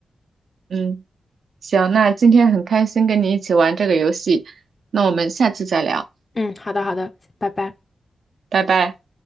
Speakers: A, on the right; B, on the left.
A: <laughs> 嗯。行，那今天很开心跟你一起玩这个游戏，那我们下次再聊，
B: 嗯，好的好的，拜拜。
A: 拜拜。